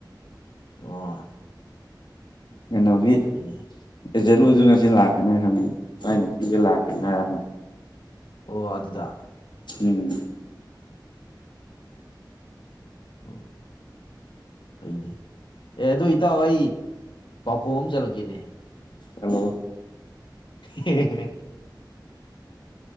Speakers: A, on the left (about 90°); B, on the left (about 70°).
A: ꯑꯣ
B: ꯌꯦꯅꯣꯒꯤ
A: ꯀꯅꯤ
B: ꯑꯦꯖꯦꯠ ꯑꯣꯏꯗꯣꯏꯅ ꯁꯤ ꯂꯥꯛꯀꯅꯤ ꯍꯪꯉꯤ ꯁꯃꯥꯏꯅ ꯄꯤꯒ ꯂꯥꯛꯀꯦ ꯃꯌꯥꯝ ꯑꯃ
A: ꯑꯣ ꯑꯗꯨꯗ
B: ꯎꯝ
A: ꯑꯣ ꯐꯩꯅꯦ ꯑꯦ ꯑꯗꯨ ꯏꯇꯥꯎ ꯑꯩ ꯄꯥꯎꯈꯨꯝ ꯑꯃ ꯆꯠꯂꯛꯀꯦꯅꯦ
B: ꯑꯣ
A: ꯍ